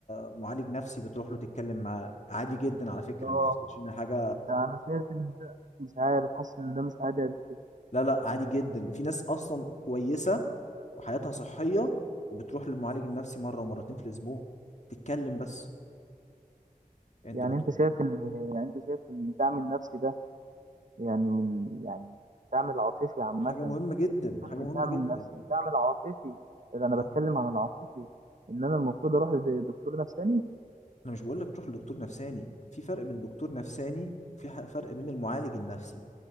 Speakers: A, on the left (about 50°); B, on the right (about 60°).
A: معالج نفسي بتروح له تتكلم معاه عادي جدا على فكرة
B: اه
A: ما تفتكرش ان حاجة
B: ده انا شايف ان ده مش عارف حاسس ان ده مش عادي قد كده
A: لا لا عادي جدا في ناس اصلا كويسة وحياتها صحية وبتروح للمعالج النفسي مرة ومرتين في الاسبوع تتكلم بس انت
B: يعني
A: بتروح
B: انت شايف ان يعني انت شايف ان الدعم النفسي ده يعني من يعني الدعم العاطفي عامة
A: حاجة مهمة جدا
B: سيبك
A: حاجة
B: من
A: مهمة
B: الدعم
A: جدا
B: النفسي الدعم العاطفي إذا أنا
A: اه
B: بتكلم عن العاطفي إن أنا المفروض أروح لدكتور نفساني
A: انا مش بقول لك تروح لدكتور نفساني في فرق بين دكتور نفساني في ح- فرق بين المعالج النفسي